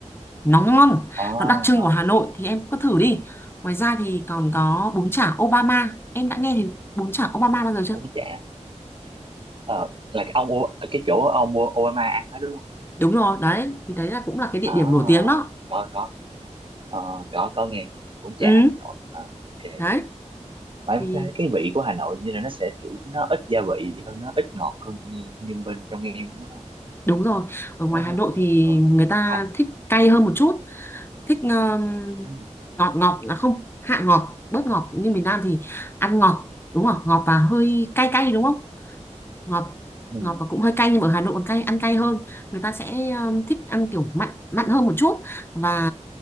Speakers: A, on the left (about 20°); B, on the right (about 45°).
A: nóng ngon
B: à,
A: nó đặc trưng của Hà Nội thì em cứ thử đi ngoài ra thì còn có bún chả Obama em đã nghe thì bún chả Obama bao giờ chưa
B: bún chả ờ là cái ông O- cái chỗ ông O- Obama ăn đó đúng không
A: đúng rồi đấy thì đấy là cũng là cái địa
B: à,
A: điểm nổi tiếng đó
B: có có Ờ, có có nghe có nghe bún chả
A: ừ
B: Hà Nội Ờ, ok
A: đấy
B: mà em
A: thì
B: cái vị của Hà Nội như là nó sẽ kiểu nó ít gia vị hơn nó ít ngọt hơn như như bên trong em đúng không
A: đúng rồi ở ngoài
B: Ờ,
A: Hà Nội
B: ờ,
A: thì
B: ờ,
A: người
B: nó
A: ta
B: thanh thanh
A: thích cay hơn một chút thích ờm,
B: ừ.
A: ngọt ngọt là không hạ ngọt bớt ngọt nhưng miền Nam thì ăn ngọt đúng không ngọt và hơi cay cay đúng không ngọt
B: ừ.
A: ngọt và cũng hơi cay nhưng mà ở Hà Nội còn cay ăn cay hơn người ta sẽ um, thích ăn kiểu mặn mặn hơn một chút và